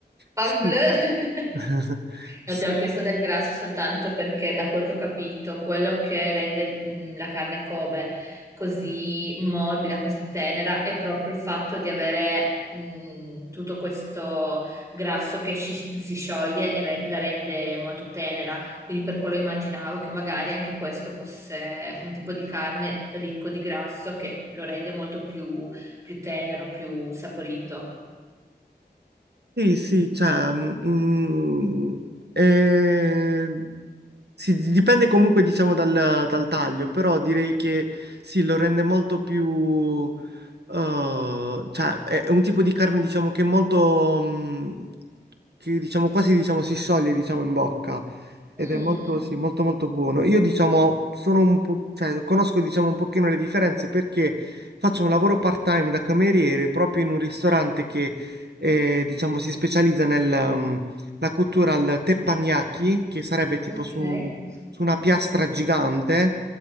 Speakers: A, on the right; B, on the right.
A: Parbleu!
B: sì.
A: <laughs>
B: <laughs>
A: No, Ti ho
B: Sì,
A: chiesto del grasso soltanto perché da quel che ho capito, quello che rende mh, la carne Kobe così morbida, così tenera, è proprio il fatto di avere mh, tutto questo grasso che sci- si scioglie e re- la rende molto tenera. Quindi per quello immaginavo che magari anche questo fosse un tipo di carne ricco di grasso che lo rende molto più, più tenero, più saporito.
B: Sì, sì, cioè, mm, mm, eh, sì, dipende comunque diciamo dal, dal taglio, però direi che sì, lo rende molto più, eh, cioè è un tipo di carne diciamo che è molto, mm, che diciamo quasi diciamo si scioglie diciamo in bocca ed
A: Mm,
B: è molto, sì, molto molto buono. Io diciamo sono un po', cioè conosco diciamo un pochino le differenze perché faccio un lavoro part-time da cameriere proprio in un ristorante che e diciamo si specializza nella cottura al teppanyaki, che sarebbe tipo
A: ok.
B: su, su una piastra gigante